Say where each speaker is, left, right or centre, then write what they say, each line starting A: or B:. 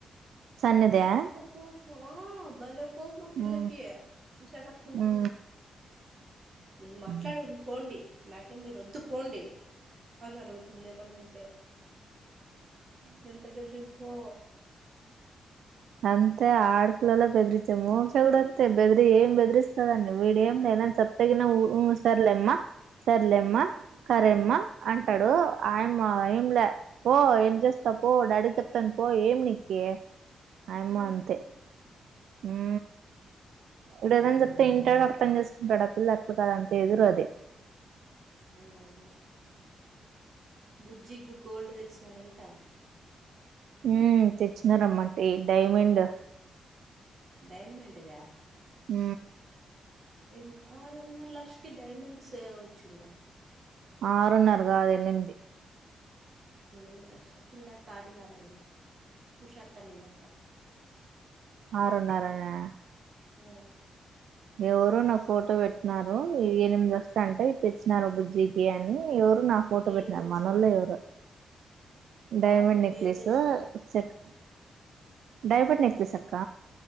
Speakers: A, on the right; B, on the right.
A: సన్నదా
B: బ ఎంత కోపం బలే కోపము ఆ పిల్లకి
A: ఊ
B: చూసేకి అట్లుంటుంది.
A: ఊ
B: నేన్ మాట్లాడును
A: ఊ
B: పోండి. నాకేం మీరోద్దు పోండి. అని అలుగుతుంది ఏమన్న అంటే ఎంత బెదిరింపో
A: అంతే ఆడ పిల్లలే బెదిరిచము మోక్ష కూడ అంతే బెదిరి ఏం బెదరిస్ తదండి వేదం లే ఎదన్ చెప్తే
B: ఉమ్
A: గీన ఉ ఊ సర్ లెమ్మా సర్లేమ్మ కరేమ్మ అంటడు
B: ఉమ్,
A: ఆయమ్మ ఏంలా పో ఎం చేస్తవ్ పో డాడిక్ చెప్తన్ పో ఏం నీకీ అయమ్మో
B: ఉమ్,
A: అంతే ఊ ఈడు
B: ఉమ్,
A: ఏదన్ చెప్తే
B: ఉమ్.
A: ఇంటడు అర్థం చేస్ టడు ఆ పిల్ల అట్లు కాదు అంతే ఎదురు అది
B: అవునవును బుజ్జిగ్ గు గోల్డ్ తెచ్చినా రంటా
A: ఊ తెచ్చినారమ్మంటే డైమైండు
B: డై మైండ్ ద్యా
A: ఊ
B: ఏం ద్ఆరున్నర లక్ష కే డైమైండ్ స్ వచ్చిం ద్యా
A: ఆరున్నార గాదు ఎనిమిది
B: ఎనిమిది లక్షల కింద కారున్నారండ్లే ఉషాక్కనిందంటా
A: ఆరున్నర న్య
B: హ్ము
A: ఎవ్వరో నాఫోటో పెట్నారూ ఎనిమిదొస్థాంటే ఇట్లిచ్చినారు బుజ్జీకి అని ఎవరో నా ఫోటో పెట్నారు
B: ఏం తెచ్చినారు
A: మనోళ్లే ఎవరో
B: కాదు
A: డై మైండ్ నెక్లెస్సో
B: ఏం తెచ్చినారు
A: సెట్ డై బైడ్ నెక్లెస్
B: అవునా
A: అక్క